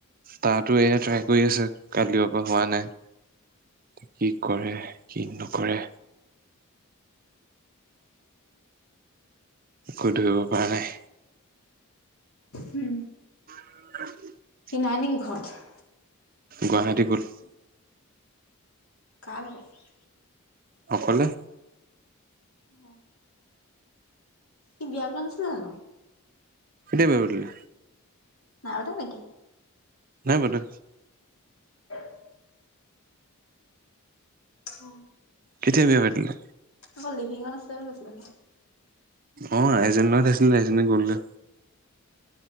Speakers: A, on the right (about 40°); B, on the left (about 70°).
A: তাতো এ ট্ৰাই কৰি আছে কালি পৰা হোৱা নাই কি কৰে কি নকৰে একো ধৰিবৰ পৰা নাই
B: উম
A: <inaudible>
B: নাই নেকি ঘৰত
A: গুৱাহাটী ক'ত
B: কাৰ লগত
A: অঁক'লে
B: অঁ কি বিয়া কৰা নাছিলে জানো
A: কেতিয়া বিয়া পাতিলে
B: নাই পতা নেকি
A: নাই পতা
B: <inaudible> অ
A: কেতিয়া বিয়া পাটিলে
B: অকল লিমিহঁত আছে বুলি কৈছিলে
A: অ এজনিলগত আহিছিলে এজনী গলগে